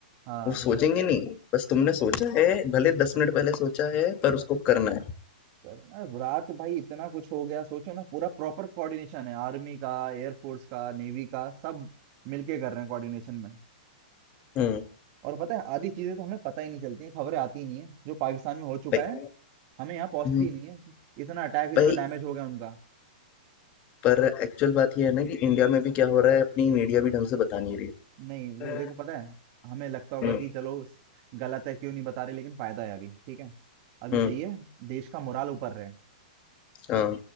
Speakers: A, on the right (about 40°); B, on the left (about 30°).
A: हाँ
B: वो सोचेंगे नहीं बस तुमने सोचा है भले दस मिनट पहले सोचा है पर उसको करना है
A: सर अरे रात भाई इतना कुछ हो गया सोचो ना पूरा प्रॉपर कोऑर्डिनेशन है आर्मी का एयरफोर्स का नेवी का सब मिलके कर रहे हैं कोऑर्डिनेशन में
B: हम्म
A: और पता है आधी चीजें तो हमें पता ही नहीं चलती हैं खबरें आती ही नहीं है जो पाकिस्तान में हो चुका
B: भाई
A: है हमें यहाँ पहुंचती
B: हम्म,
A: ही नहीं है इतना अटैक
B: भाई
A: इतना डैमेज हो गया उनका
B: पर एक्चुअल बात ये है ना कि इंडिया में भी क्या हो रहा है अपनी मीडिया भी ढंग से बता नहीं रही
A: नहीं वो
B: है।
A: देखो पता है हमें लगता होगा
B: हुँ,
A: कि चलो गलत है क्यों नहीं बता रहे लेकिन फायदा है अभी ठीक है अभी
B: हुँ,
A: चाहिए देश का मोराल ऊपर रहे
B: हाँ,